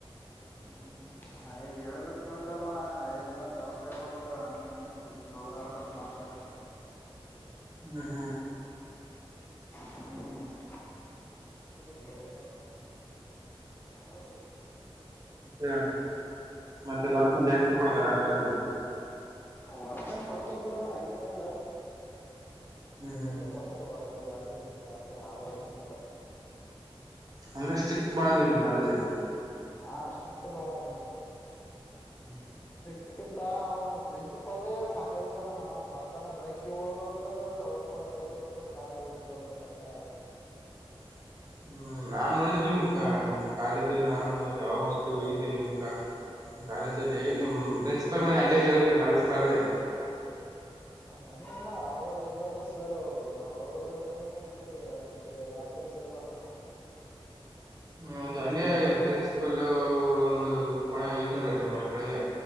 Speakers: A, on the left; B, on the right.
A: ಹ್ಮ್ ಅಯ ಹೇಳಿದತ್ ತಿಳ್ಕಲ್ಲಣ್ಣ ಯ ಇಲ್ಲ ಕಳ್ಸಲಿ ಇರ್ಬೇಕು ಹಂಗ ಹಿಂಗಂತ ಜಿ ಹೋದ್ರಾ ಆಡ್ತಾನ ಕ್ಲಾಸ್ ಹ
B: <inaudible> <unintelligible> ಹ್ಮ್ ಹ್ಮ್
A: ಹ್ಮ್ ಬಿಯ ಕ ಯದು
B: ಮತ್ತೆ ಮತ್ತೆ ವಾತ್ನ ಜಾಸ್ತಿ ಕೊಡ್ತಾರ ಆ ಕಾಲಕ್ಕೆ
A: ವರ್ಕ ಏನ್ ಕೊಡ್ತಾರ ಬಿಡೋಣ್ಣ ಹಂಗನಲ್ಲ ಅಷ್ಟ
B: ಹ್ಮ್ ಹ್ಮ್
A: ಜಷ್ಟೇ ಕೊಡ್ತಾರ ವರ್ಕ್ ಜಾಸ್ತಿ ಒ ಜಾಸ್ತಿ ಹಾರ್ಡ್ ವರ್ಕ್ ಏನಿಲ್ಲ
B: ಅಂದ್ರೆ ಸ್ಟ್ರಿಕ್ ಬಾಳ ದಿನ ಕಾಲೇಜು ಅಲ್ಲಿ
A: ಹಾ ಸಿಟ್ ಬಾಳ ಆದ್ ನೋಡು
B: ಹ್ಮ್
A: ಇದಕಿಂತ ಅವ್ನು ಪ್ರಿನ್ಸಿಪಾಲ ಸಾಕಾಯ್ ಬಿಡದಣ್ಣ ಬರ್ತಾನ ಬೆಳಗ್ಗೆ ಹೋಗ್ಕ್ ಅವ್ನ್ ಕೂಡ ಬೈಸಬೇಕು ಕ್ಲಾಸ್ಗ ಹೋಗಕ್ ಕುುದುರ್ಬೇಕು ಅಂಗಯ್ಯಾಗ
B: <inaudible> <unintelligible> ಹ್ಮ್ ನಾನ್ ನೋಡಿದನಿ ನಿಮ್ ಕ ನಿಮ್ ಕಾಲ ನಾನ ಯಾವಾಗ ಒಂದ್ಸತಿ ಹೋಗಿದ್ದೆ ನಿಮ್ ಕಾಲೇಜ ಅಲ್ಲಿ ನಿಮ್ ಪ್ರಿನ್ಸಿಪಾಲ್ ಮನೆ ಅಲ್ಲೇ ಇದಲ್ಲ ನಿಮ್ ಕಾಲೇಜ್ ಕಗಡೆ
A: ಮನಲ್ಲ ಅವ್ರದ ಏನಾದ್ರ ಸರ್ ಅವ್ರದ್ದ ಅವ್ರದ್ದ ಮನೆ ಈ ಕಡೆ ಯ ಸೈಡ್ ಬರತ
B: ಹ ಒಂದು ಅಲ್ಲೇ ಪ್ರಿನ್ಸಿಪಲ್ ಅವರು ಒಂದು ಕೊನೆ ಐತ್ ನೋಡ ಅಲ್ಲಿ ಅವ ಕೆಳಗ